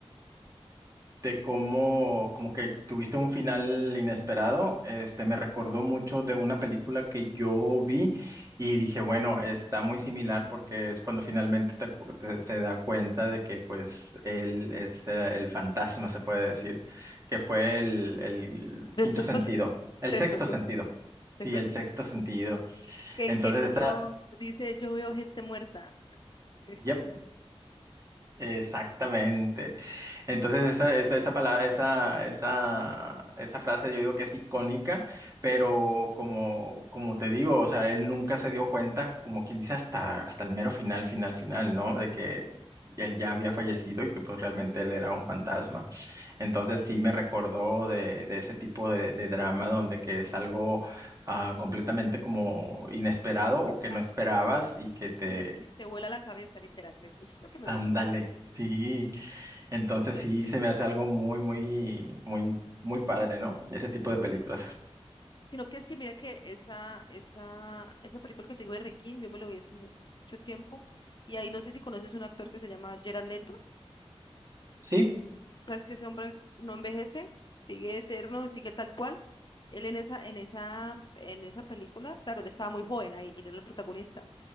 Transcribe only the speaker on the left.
De
sexto,
se-
sexto,
sexto,
sexto
sentido.
Que,
que el niño
dice, yo veo gente muerta. Es-
<laughs> es-
es
tan-
y Te vuela la cabeza, literal. Me gusta, lo que me
gusta.
Sino que es que mira que esa, esa, esa película que te digo de Requiem, yo me lo vi hace mucho tiempo. Y ahí no sé si conoces un actor que se llama Gerard Leto.
Sabes que ese hombre no envejece, sigue eterno, sigue tal cual. Él en esa, en esa, en esa película, claro, él estaba muy joven ahí, y él era el protagonista.